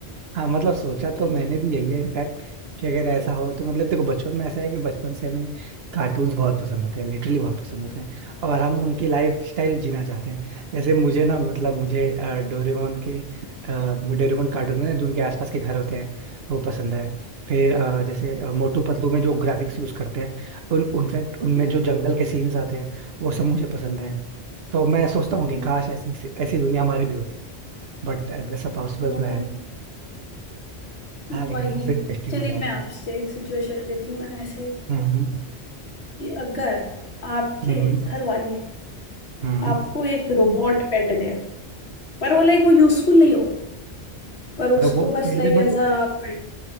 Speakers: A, on the right; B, on the left.
A: हाँ मतलब सोचा
B: ठीक।
A: तो मैंने भी यही है इनफैक्ट कि अगर ऐसा हो तो मतलब देखो बचपन में ऐसा है कि बचपन से हमें कार्टून्स बहुत पसंद होते हैं लिटरली बहुत पसंद होते हैं और हम उनकी लाइफ स्टाइल जीना चाहते हैं जैसे मुझे ना मतलब मुझे अ, डोरेमोन के अ, डोरेमोन कार्टून में ना जो उनके आसपास के घर होते हैं वो पसंद है फिर अ, जैसे अ, मोटू पतलू में जो ग्राफिक्स यूज करते हैं उन उनफैक्ट उनमें
B: हम्म
A: जो जंगल के सीन्स आते हैं वो सब मुझे पसंद है तो मैं सोचता हूँ
B: हम्म,
A: कि काश ऐसी ऐसी दुनिया हमारी भी होती बट वैसा पॉसिबल
B: हाँ
A: तो है
B: वही
A: हाँ लेकिन
B: वही
A: काफी इंटरेस्टिंग
B: चलिए
A: हो जाएगा
B: मैं आपसे एक सिचुएशन देती हूँ ऐसा ही
A: हम्म
B: कि अगर आपके
A: हम्म
B: घर वाले
A: हम्म
B: आपको एक रोबोट पेट दे पर वो लाइक वो यूजफुल नहीं हो पर उसको
A: रोबोट
B: बस
A: पेट
B: like
A: दे बट
B: as
A: वो
B: a pet